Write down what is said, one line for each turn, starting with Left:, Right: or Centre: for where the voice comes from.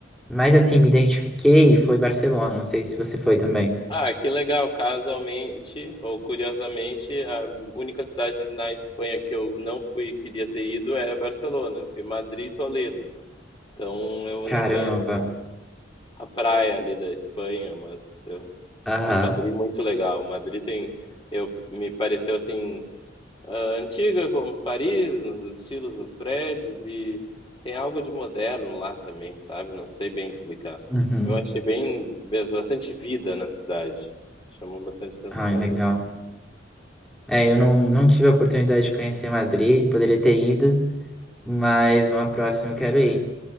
Centre: mais assim, me identifiquei foi Barcelona. Não sei se você foi também.
Left: Ah, que legal. Casualmente ou curiosamente, a única cidade na Espanha que eu não fui e queria ter ido é Barcelona. Eu fui Madrid e Toledo. Então eu não
Centre: Caramba.
Left: conheço a praia ali da Espanha, mas eu,
Centre: Aham.
Left: mas Madrid é muito legal. Madrid tem, eu me pareceu assim ah, antiga como Paris, nos estilos, nos prédios e tem algo de moderno lá também, sabe? Não sei bem explicar.
Centre: Uhum.
Left: Eu achei bem bastante vida na cidade. Chamou bastante atenção
Centre: Ai, legal.
Left: nisso.
Centre: É, eu não, não tive a oportunidade de conhecer Madrid, poderia ter ido, mas uma próxima eu quero ir.